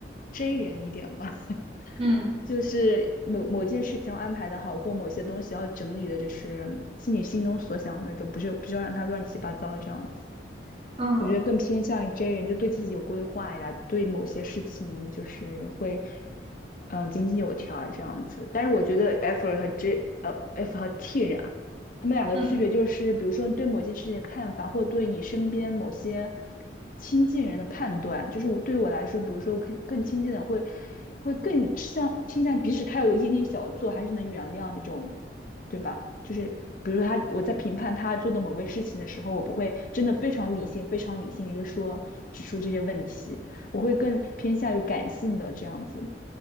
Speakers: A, on the left (about 45°); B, on the right (about 30°).
A: J 人一点吧。<laughs>
B: 嗯。
A: 就是某某件事情要安排的好，或某些东西要整理的，就是是你心中所想的那种，不是不是要让它乱七八糟这样子。
B: 嗯
A: 我觉得更偏向于 J 人，就对自己有规划呀，对某些事情就是会，嗯，井井有条啊这样子。但是我觉得 F 和 J，呃，F 和 T 人啊，他们两个区别就是，
B: 嗯，
A: 比如说你对某件事情的看法，或对你身边某些亲近人的判断。就是我对于我来说，比如说我更更亲近的会，会更倾向倾向，即使他有一点点小错，还是能原谅那种。对吧？就是比如说他我在评判他做的某个事情的时候，我不会真的非常理性、非常理性就就说指出这些问题，我会更偏向于感性的这样子，